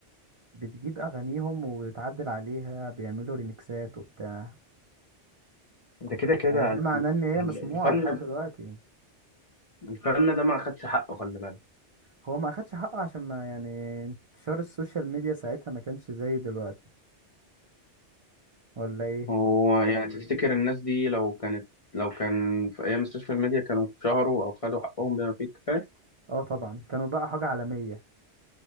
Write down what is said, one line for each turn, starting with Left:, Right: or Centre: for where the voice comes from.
Right: بتجيب اغانيهم وبتعدل عليها بيعملوا ريميكسات وبتاع
Left: ده كده كده
Right: يعني ده معناه ان هي
Left: الفن
Right: مسموعه لحد دلوقتي
Left: الفن ده ما أخدش حقه خلي بالك
Right: هو ما اخدش حقه عشان ما يعني انتشار السوشيال ميديا ساعتها ما كانش زي دلوقتي ولا ايه
Left: هو يعني تفتكر الناس دي لو كانت لو كان في أيام السوشيال ميديا كانوا اتشهروا أو خدوا حقهم بما فيه الكفاية
Right: اه طبعا كانوا بقى حاجه عالميه